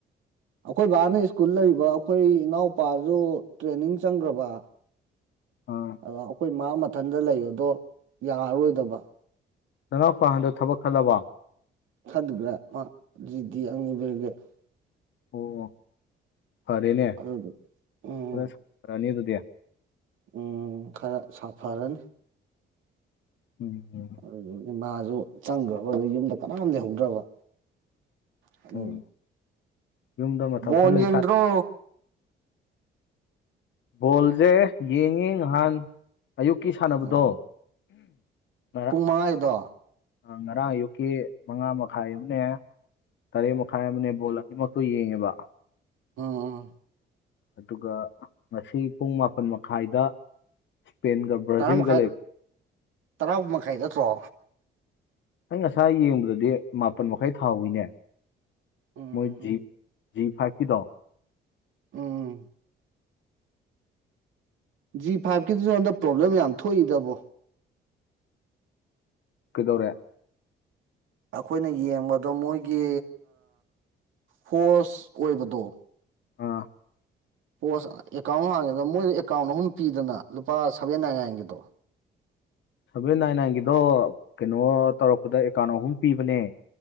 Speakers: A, on the right; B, on the left.
A: ꯑꯈꯣꯏ ꯕꯥꯅ ꯁ꯭ꯀꯨꯜ ꯂꯩꯕ ꯑꯈꯣꯏ ꯏꯅꯥꯎꯄꯥꯖꯨ ꯇ꯭ꯔꯦꯅꯤꯡ ꯆꯪꯒꯔꯕꯥ
B: ꯑꯥ
A: ꯑꯗ ꯑꯈꯣꯏ ꯃꯥ ꯃꯊꯟꯗ ꯂꯩ ꯑꯗꯣ ꯌꯥꯔꯔꯣꯏꯗꯕ
B: ꯅꯅꯥꯎꯄꯥ ꯍꯟꯗꯛ ꯊꯕꯛ ꯈꯜꯂꯕ?
A: <unintelligible>
B: ꯑꯣ ꯐꯔꯦꯅꯦ
A: ꯑꯗꯨꯗꯨ ꯎꯝ
B: ꯈꯔ ꯐꯔꯅꯤ ꯑꯗꯨꯗꯤ
A: ꯎꯝ ꯈꯔ ꯁꯥꯐꯔꯅꯤ
B: ꯎꯝꯝ
A: ꯑꯗꯨꯗꯒꯤ ꯃꯥꯁꯨ ꯆꯪꯈ꯭ꯔꯕ ꯌꯨꯝꯗ ꯀꯅꯥꯝ ꯂꯩꯍꯧꯗ꯭ꯔꯕ ꯍꯂ
B: ꯎꯝ ꯌꯨꯝꯗ ꯃꯇꯝ ꯈꯔ
A: ꯣꯟ
B: ꯂꯩꯇꯥ
A: ꯌꯦꯗ꯭ꯔꯣ
B: ꯕꯣꯜꯖꯦ ꯌꯦꯡꯉꯤ ꯉꯍꯥꯟ ꯑꯌꯨꯛꯀꯤ ꯁꯥꯟꯅꯕꯗꯣ
A: ꯎꯝ
B: ꯉ
A: ꯄꯨꯡ ꯃꯉꯥꯒꯤꯗꯣ
B: ꯉꯔꯥꯡ ꯑꯌꯨꯛꯀꯤ ꯃꯉꯥ ꯃꯈꯥꯏ ꯑꯃꯅꯦ ꯇꯔꯦꯠ ꯃꯈꯥꯏ ꯑꯃꯅꯦ ꯕꯣꯜ ꯑꯅꯤꯃꯛ ꯍ ꯌꯦꯡꯉꯦꯕ
A: ꯑꯣꯝ
B: ꯑꯗꯨꯒ ꯉꯁꯤ ꯄꯨꯡ ꯃꯥꯄꯜ ꯃꯈꯥꯏꯗ ꯏꯁꯄꯦꯟ ꯀ ꯭ꯔꯥꯖꯤꯜ
A: ꯇꯔꯥ ꯃꯈꯥꯏ
B: ꯀ ꯂꯩ
A: ꯇꯔꯥ ꯃꯈꯥꯏ ꯅꯠꯇ꯭ꯔꯣ
B: ꯑꯩ ꯉꯁꯥꯏ ꯌꯦꯡꯕꯗꯗꯤ ꯃꯥꯄꯜ ꯃꯈꯥꯏ ꯊꯥꯎꯋꯤꯅꯦ
A: ꯎꯝ
B: ꯃꯣꯏ
A: ꯎꯝ
B: ꯖꯤ ꯖꯤ ꯐꯥꯏꯚꯀꯤꯗꯣ
A: ꯎꯝ ꯖꯤ ꯐꯥꯏꯚꯀꯤꯗꯨ ꯅꯉꯣꯟꯗ ꯄ꯭ꯔꯣꯕ꯭ꯂꯦꯝ ꯌꯥꯝ ꯊꯣꯛꯏꯗꯕꯣ
B: ꯀꯗꯧꯔꯦ
A: ꯑꯩꯈꯣꯏꯅ ꯌꯦꯡꯕꯗꯣ ꯃꯣꯏꯒꯤ ꯍꯣꯁ ꯑꯣꯏꯣꯏꯕꯗꯣ
B: ꯑ
A: ꯄꯣꯁ ꯑꯦꯀꯥꯎꯟ ꯍꯥꯡꯉꯦꯗꯅ ꯃꯣꯏꯗ ꯑꯦꯀꯥꯎꯟ ꯑꯍꯨꯝ ꯄꯤꯗꯅ ꯂꯨꯄꯥ ꯁꯚꯦꯟ ꯅꯥꯏꯟ ꯅꯥꯏꯟꯒꯤꯗꯣ
B: ꯁꯚꯦꯟ ꯅꯥꯏꯟ ꯅꯥꯏꯟꯒꯤꯗꯣ ꯀꯩꯅꯣ ꯇꯧꯔꯛꯄꯗ ꯑꯦꯀꯥꯎꯟ ꯑꯍꯨꯝ ꯄꯤꯕꯅꯦ